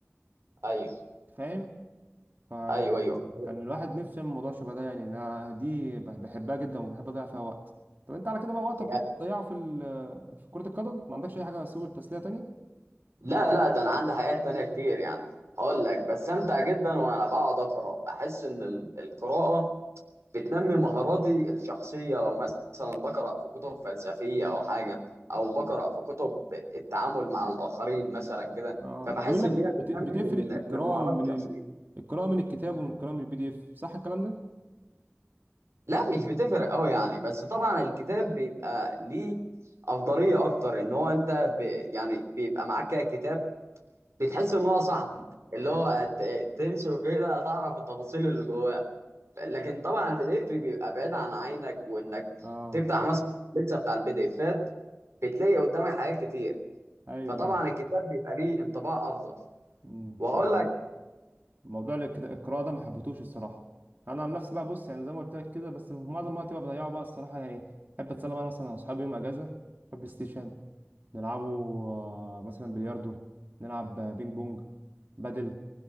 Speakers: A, on the right; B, on the right.
A: ايوه
B: فاهم فكان
A: ايوه ايوه
B: الواحد نفسه يعمل موضوع شبه ده يعني انا دي بح- بحبها جدا وبحب اضيع فيها وقت طب انت على كده بقى وقتك
A: يعني-
B: كله بتضيعه في ال- في كرة القدم ما عندكش اي حاجة سبل تسلية تانية
A: لا لا ده انا عندي حاجات تانية كتير يعني هقول لك بستمتع جدا وانا بقعد اقرا بحس ان ال- القراءه بتنمي مهاراتي الشخصيه لو مثلا بقرا في كتب فلسفيه او حاجه او بقرا في كتب التعامل مع الاخرين مثلا كده
B: اه
A: فبحس
B: بيقول لك
A: ان
B: بت-
A: هي بتنمي
B: بتفرق
A: من
B: القراءة
A: من مهاراتي
B: من
A: الشخصيه
B: ال... القراءة من الكتاب ومن القراءة من البي دي اف صح الكلام ده
A: لا مش بتفرق قوي يعني بس طبعا الكتاب بيبقى ليه افضليه اكتر ان هو انت ب... يعني بيبقى معاك كده كتاب بتحس ان هو صاحبك اللي هو ت- تمسكه كده تعرف التفاصيل اللي جواه لكن طبعا البي دي اف بيبقى بعيد عن عينك وانك
B: اه
A: تفتح مثلا اللبسه بتاع البي دي افات بتلاقي قدامك حاجات كتير
B: ايوه
A: فطبعا
B: ايوه
A: الكتاب بيبقى ليه انطباع افضل
B: مم،
A: واقول
B: مش عارف
A: لك
B: موضوع الكت- القراءة ده ما حبيتهوش الصراحة انا عن نفسي بقى بص يعني زي ما قلت لك كده بس في معظم وقتي بقى بضيعه بقى الصراحة يعني احب اتسلى بقى أنا مثلا مع اصحابي يوم اجازة بلاي ستيشن نلعبه آه، مثلا بلياردو نلعب آه، بينج بونج بدل